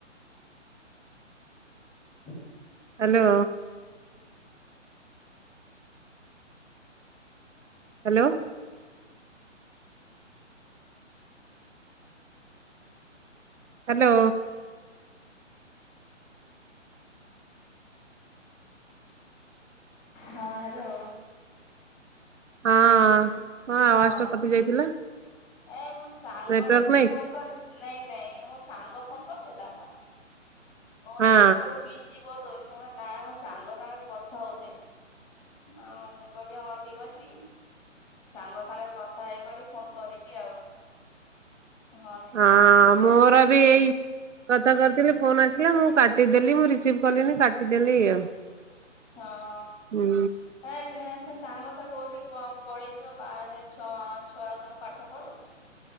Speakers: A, on the left; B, on the right.
A: <inaudible>
B: ହାଲୋ। ହାଲୋ। ହାଲୋ।
A: ହଁ ହାଲୋ।
B: ହଁ କଁ ଆବାସଟା
A: ହଁ
B: କଟି ଯାଇଥିଲା।
A: ଏ ମୋ ସାଙ୍ଗ
B: ନେଟୱାର୍କ
A: ଟିକେ
B: ନାଇଁ
A: ଫୋନ୍ କରି ନାଇଁ ନାଇଁ ମୋ ସାଙ୍ଗ ଫୋନ୍ କରିଥିଲାତ କୋଉଥିଲା
B: ହଁ
A: କୋଉଠି ବିଜି ବହୁତ୍ ହଉଚି ମୁ କହିଲି ନାଁ ମୋସାଙ୍ଗ ସାଙ୍ଗରେ କଥା ହଉଥିଲି। ହଁ ମୁଁ କହିଲି ହଁ ଠିକ୍ ଅଛି ସାଙ୍ଗ ସାଙ୍ଗରେ କଥା ହେଇକରି ଫୋନ୍ କରିବି ଆଉ। ହଁ ଠିକ
B: ହଁ
A: ଅଛି କହିଲା
B: ମୋରବି ଏଇ କଥା କରିଥିଲି ଫୋନ୍ ଆସିଲା ମୁଁ କାଟିଦେଲି ମୁଁ ରିସିଭ କଲିନି କାଟିଦେଲି ଆଉ।
A: ହଁ
B: ହୁଁ
A: ହଁ ଏ ଏ ସେ ସାଙ୍ଗ ସେକୋଉଠି ପ ପଳେଇଥିବ ପା ଛ ଛୁଆ ସବୁ ପାଠ ପଢଉଛି।